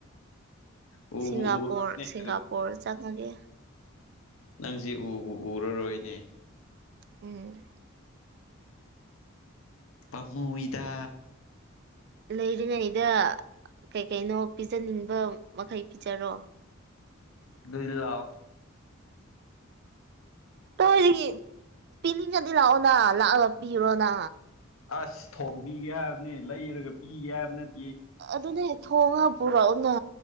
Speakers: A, on the left; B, on the right.
A: ꯎꯕꯨ
B: ꯁꯤꯡꯒꯥꯄꯨꯔ
A: ꯎꯔꯅꯤ
B: ꯁꯤꯡꯒꯥꯄꯨꯔ
A: ꯑꯗꯨ
B: ꯆꯪꯉꯒꯦ
A: ꯅꯪꯖꯤ ꯎꯕꯨ ꯎꯔ ꯔꯣꯏꯅꯦ
B: ꯎꯝ
A: ꯄꯥꯝꯃꯨꯏꯗ
B: ꯂꯩꯔꯤꯉꯩꯩꯗ ꯀꯩꯀꯩꯅꯣ ꯄꯤꯖꯅꯤꯡꯕ ꯃꯈꯩ ꯄꯤꯖꯔꯣ
A: ꯑꯗꯨꯏꯗꯤ ꯂꯥꯛꯑꯣ
B: ꯗꯣꯏꯗꯤ ꯄꯤꯅꯤꯡꯉꯗꯤ ꯂꯥꯛꯑꯣꯅ ꯂꯥꯛꯑꯒ ꯄꯤꯔꯣꯅꯥ
A: ꯑꯁ ꯊꯣꯡꯕꯤꯒꯦ ꯍꯥꯏꯕꯅꯦ ꯂꯩꯔꯒ ꯄꯤꯒꯦ ꯍꯥꯏꯕ ꯅꯠ
B: ꯑꯗꯨꯅꯦ ꯊꯣꯡꯉꯒ ꯄꯨꯔꯛꯑꯣꯅ